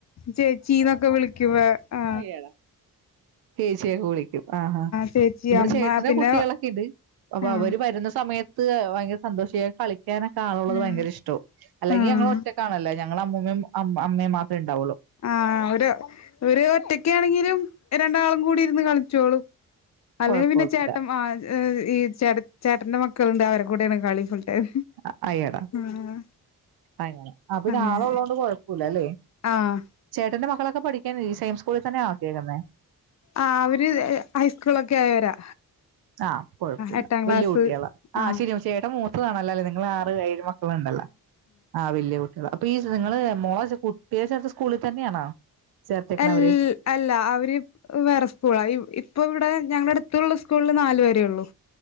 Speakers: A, on the left; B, on the right.
A: ചേച്ചീന്നൊക്കെ വിളിക്കും ആഹ്
B: അയ്യെടാ ചേച്ചികെ വിളി ആഹ് ആഹ്
A: ചേച്ചി
B: ഇവടെ
A: അമ്മ
B: ചേട്ടന്റെ
A: പിന്നെ
B: കുട്ട്യേളൊക്കെ ഇണ്ട് അപ്പൊ
A: ആഹ്
B: അവര് വരുന്ന സമയത്ത് ഭയങ്കര സന്തോഷ കളി ക്യാനോക്കെ ആളുള്ളത്
A: ആഹ്
B: ഭയങ്കര ഇഷ്ട്ടോ അല്ലെങ്കി
A: ആഹ്
B: ഞങ്ങള് ഒറ്റക്കാണല്ലൊ ഞ ഞങ്ങള അമ്മൂമ്മേം അം അമ്മേം മാത്രേണ്ടാവുള്ളു.
A: ആഹ് ഒരു ഒര് ഒറ്റക്കാണെങ്കിലും രണ്ടാളും കൂടി ഇരുന്ന് കളിച്ചോളും. അല്ലെങ്കി
B: കുഴപ്പമൊന്നുമില്ല
A: പിന്നെ ചേട്ടൻ ആ ഏഹ് ഈ ചേട്ട ചേട്ടന്റെ മക്കള്ണ്ട് അവരെ കൂട്ടിയാണ് കളി ഫുൾ ടൈം
B: അ അയ്യടാ
A: ആഹ്
B: അങ്ങനെ അപ്പ പിന്നെ
A: അങ്ങനെ
B: ആള് ഉള്ളോണ്ട് കൊഴപ്പുല്ല ലെ?
A: ആഹ്
B: ചേട്ടന്റെ മക്കളൊക്കെ പഠിക്കന്നെ ഈ സെയിം സ്കൂളിൽ തന്നെ ആക്ക്യേക്ക്ന്നെ.
A: ആഹ് അവര് ഹൈസ്കൂളൊക്കെ ആയവരാ.
B: ആഹ് കൊഴപ്പുല്ല
A: എട്ടാം ക്ലാസ്
B: വെല്ല്യ കുട്ട്യേളാ ആ
A: ആഹ്
B: ശരി ഓ ശരി ട്ടാ അത് മൂത്തതാണല്ലോ ലെ നിങ്ങൾ ആറ് എഴ് മ ട്ടളണ്ടല്ലോ ആഹ് വെല്ല്യ കുട്ടിളാ അപ്പൊ ഈ നിങ്ങള് മോളെ കുട്ടിയെ ചേർത്ത സ്കൂളി തന്നെയാണോ? ചേർത്തേക്കണ
A: എൽ
B: അവര്
A: അല്ല അവര് വേറെ സ്കൂളാ ഇപ്പൊ ഇവടെ ഞങ്ങ ടുത്തുള്ള സ്കൂള്ള് നാല് വരേ ഉള്ളൂ.